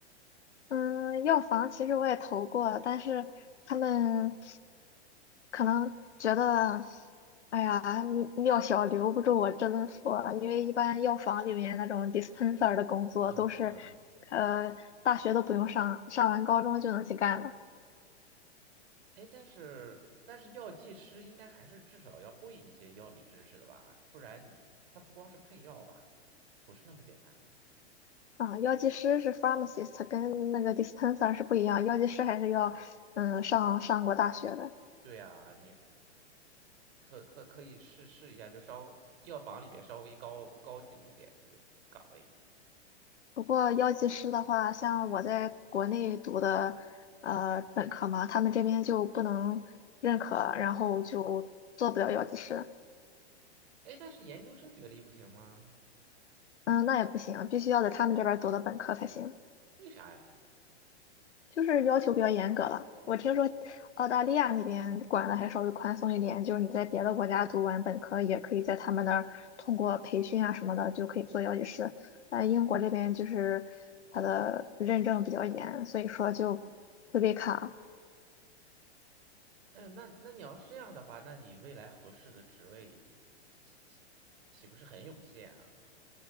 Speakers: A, on the left; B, on the right.
A: 嗯，药房其实我也投过，但是他们可能觉得，哎呀，你药小留不住我真佛，因为一般药房里面那种 dispenser 的工作都是，
B: 嗯嗯，
A: 呃，大学都不用上，上完高中就能去干的。
B: 哎，但是但是药剂师应该还是至少要会一些药理知识的吧？不然你他不光是配药吧，不是那么简单吧？
A: 啊，药剂师是 pharmacist，跟那个 dispenser 是不一样，药剂师还是要，嗯，上上过大学的。
B: 对呀，你可可可以试试一下，就稍药房里面稍微高高级一点的那种岗位。
A: 不过药剂师的话，像我在国内读的呃本科嘛，他们这边就不能认可，然后就做不了药剂师。
B: 哎，但是研究生学历不行吗？
A: 嗯，那也不行，必须要在他们这边读的本科才行，
B: 为啥呀？
A: 就是要求比较严格了。我听说澳大利亚那边管的还稍微宽松一点，就是你在别的国家读完本科，也可以在他们那儿通过培训啊什么的就可以做药剂师。但英国这边就是它的认证比较严，所以说就会被卡。
B: 哎呦那那你要是这样的话，那你未来合适的职位岂岂岂不是很有限啊？